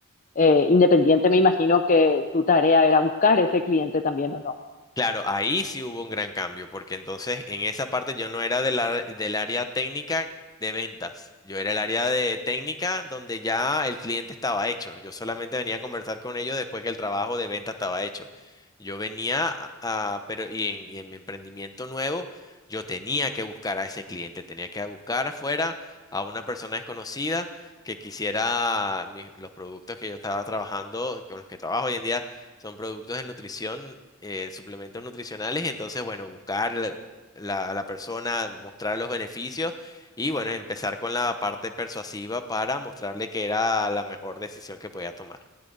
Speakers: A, on the left (about 40°); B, on the left (about 15°).
A: eh, independiente, me imagino que tu tarea era buscar ese cliente también, ¿o no?
B: Claro, ahí sí hubo un gran cambio, porque entonces en esa parte yo no era del ar- del área técnica de ventas, yo era el área de técnica donde ya el cliente estaba hecho, yo solamente venía a conversar con ellos después que el trabajo de venta estaba hecho. Yo venía a, a- pero y en, y en mi emprendimiento nuevo, yo tenía que buscar a ese cliente, tenía que buscar afuera a una persona desconocida que quisiera mi- los productos que yo estaba trabajando, con los que trabajo hoy en día son productos de nutrición eh, suplementos nutricionales y entonces, bueno, buscar la- la- a la persona, mostrar los beneficios y, bueno, empezar con la parte persuasiva para mostrarle que era la mejor decisión que podía tomar.